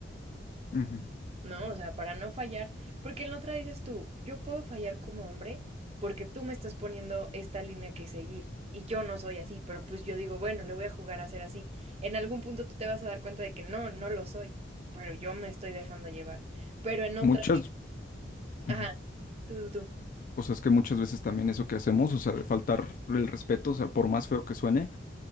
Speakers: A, on the left (about 45°); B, on the right (about 35°).
A: Ujú.
B: ¿no? O sea, para no fallar, porque en la otra dices tú, yo puedo fallar como hombre porque tú me estás poniendo esta línea que seguir. Y yo no soy así, pero pues yo digo, bueno, le voy a jugar a ser así. En algún punto tú te vas a dar cuenta de que no, no lo soy, pero yo me estoy dejando llevar. Pero en otra,
A: Muchas, ujú.
B: ajá, tú, tú, tú.
A: o sea, es que muchas veces también eso que hacemos, o sea, de faltar el respeto, o sea, por más feo que suene.